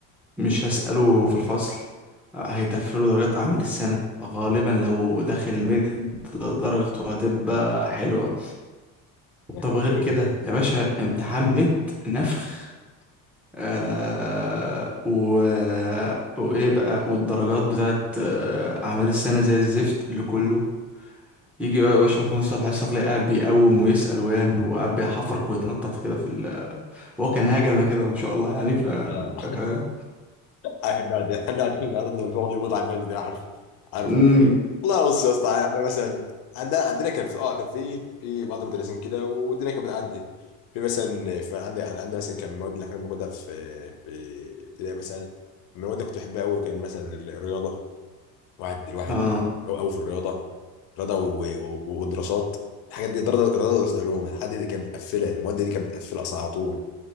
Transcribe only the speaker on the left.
<laughs>
الشغل
ده
اه
<laughs> حناد حناد الارض وبيقعد يبوظ على الناس ده عارفه عارفه
<laughs> والله بص يا اسطى يعني انا مثلا عندنا عندنا كان في اه كان في في بعض المدرسين كده والدنيا كانت بتعدي في مثلا في عندي انا عندي مثلا كان المواد اللي احنا بناخدها في في ابتدائي مثلا من المواد اللي كنت بحبها قوي كان مثلا الرياضه واحد الواحد
قوي في الرياضه رياضه و- و- و- ودراسات الحاجات دي دراسه دراسه دراسات علوم الحاجات دي كانت مقفله المواد دي كانت مقفله اصلا على طول